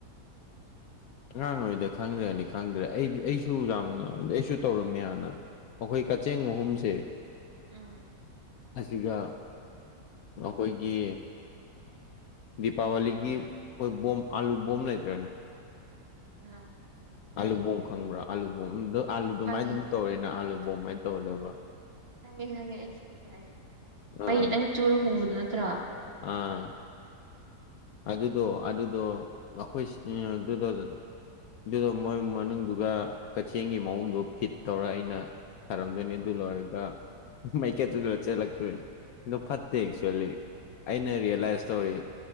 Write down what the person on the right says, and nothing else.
ꯎꯝ
ꯑꯝ
ꯈꯪꯉꯦ
ꯍꯪꯉꯦ ꯍꯪꯉꯦ ꯑꯩꯁꯚꯥꯏ
ꯃꯩ ꯈꯤꯇꯪ ꯆꯨꯔ ꯍꯣꯡꯕꯗꯨꯣ ꯅꯠꯇ꯭ꯔꯣ